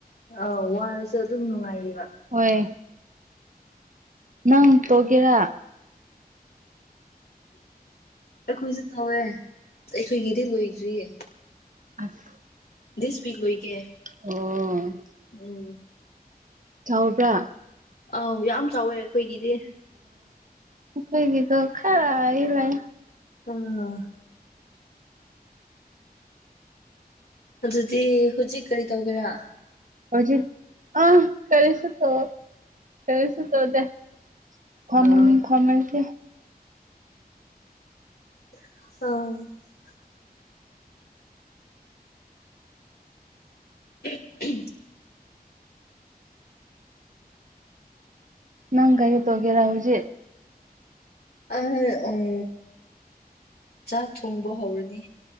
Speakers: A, on the left; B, on the right.
A: ꯑꯥꯎ ꯋꯥꯔꯁꯨ ꯑꯗꯨꯝ ꯅꯨꯡꯉꯥꯏꯌꯦꯕ
B: ꯍꯣꯏ ꯅꯪ ꯇ‌ꯣꯒꯦꯔꯥ
A: ꯑꯩꯈꯣꯏꯁꯨ ꯇꯧꯋꯦ ꯑꯩꯈꯣꯏꯒꯤꯗꯤ ꯂꯣꯏꯗ꯭ꯔꯤꯌꯦ
B: ꯑꯁ
A: ꯗꯤꯁ ꯋꯤꯛ ꯂꯣꯏꯒꯦ
B: ꯑꯣ
A: ꯎꯝ
B: ꯁꯥꯎꯕ꯭ꯔ
A: ꯑꯥꯎ ꯌꯥꯝ ꯆꯥꯎꯋꯦ ꯑꯩꯈꯣꯏꯒꯤꯗꯤ
B: ꯅꯈ‌ꯣꯏꯒꯤꯗꯣ ꯈꯔ ꯏꯂ‌ꯎ
A: ꯍ-ꯍ-ꯍ ꯑꯗꯨꯗꯤ ꯍꯧꯖꯤꯛ ꯀꯔꯤ ꯇꯧꯒꯦꯔꯥ
B: ꯍꯧꯖꯤꯛ ꯑꯥ ꯀꯔꯤꯁꯨ ꯇ ꯀꯔꯤꯁꯨ ꯇꯧꯗ‌ꯦ ꯐꯃꯨꯡ
A: ꯑꯥ
B: ꯐꯝꯃꯁꯦ
A: ꯑ <unintelligible>
B: ꯅꯪꯒꯥꯔꯤ ꯇ ꯋꯥꯒꯦꯔ ꯍꯧꯖꯤꯦ
A: ꯑ ꯎꯝ ꯆꯥꯛ ꯊꯣꯡꯕ ꯍꯧꯔꯅꯤ